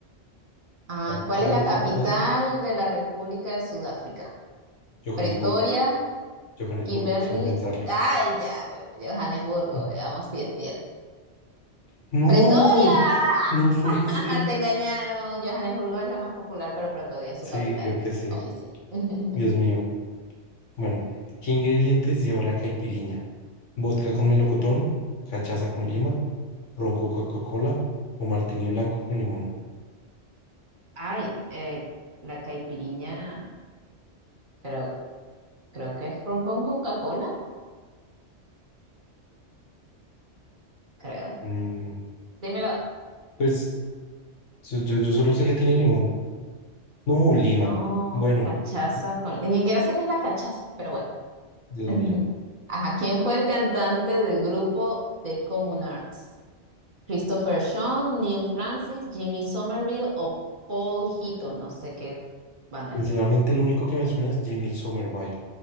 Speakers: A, on the right; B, on the left.
A: Ah,
B: A ver,
A: ¿cuál
B: ¿cuál
A: es
B: es
A: la
B: la capital?
A: capital de la República de Sudáfrica?
B: Johannesburgo.
A: Pretoria,
B: Johannesburgo,
A: Kimberly.
B: sin pensarlo.
A: Ay, ya, bueno, Johannesburgo,
B: <laughs>
A: veamos si es cierto.
B: No,
A: ¡Pretoria!
B: no puede
A: <laughs>
B: ser.
A: Te engañaron. Johannesburgo es la más popular, pero Pretoria es
B: Sí,
A: su capital.
B: creo que sí.
A: <laughs>
B: Dios mío. Bueno, ¿qué ingredientes lleva la caipiriña? ¿Vodka con melocotón? ¿Cachaza con lima? ¿Ron con Coca-Cola? ¿O martini blanco con limón?
A: Ay, eh, la caipiriña, creo, creo que es ron con Coca-Cola, creo.
B: Mm,
A: Dímelo.
B: Pues yo, yo- yo solo sé que tiene limón. No, Lima.
A: Oh,
B: Bueno,
A: cachaza
B: eh,
A: con. Ni siquiera sé qué es la cachaza, pero bueno.
B: Dios
A: <laughs>
B: mío.
A: Ajá, ¿quién fue el cantante del grupo The Common Arts? Christopher Sean, Neil Francis, Jimmy Somerville o Paul Hito. No sé qué banda
B: Sinceramente,
A: es esa,
B: lo único que me suena es Jimmy Somerville.